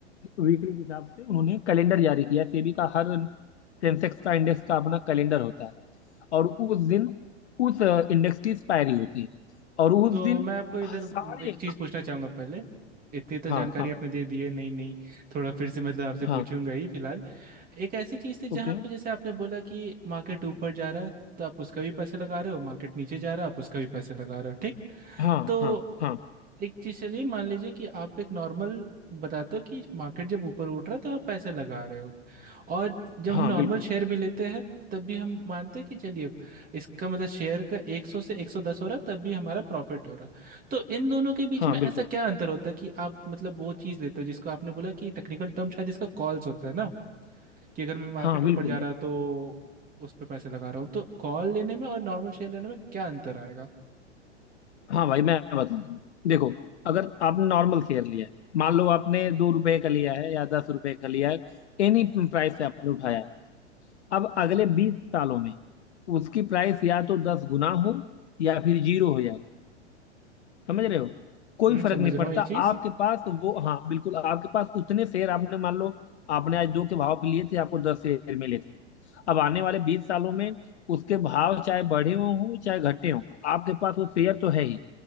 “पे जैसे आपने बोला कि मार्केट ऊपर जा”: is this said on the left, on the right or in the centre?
Right